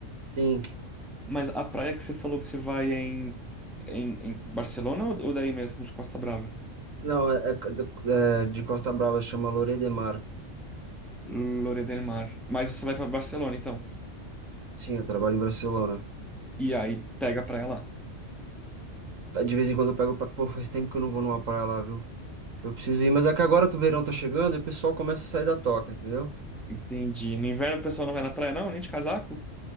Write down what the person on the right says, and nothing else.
Sim.
Não, é, é- é de Costa Brava, chama Lloret de Mar.
Sim, eu trabalho em Barcelona.
Tá, De vez em quando eu pego pra. Pô, faz tempo que eu não vou numa praia lá, viu? Eu preciso ir, mas é que agora o verão tá chegando e o pessoal começa a sair da toca, entendeu?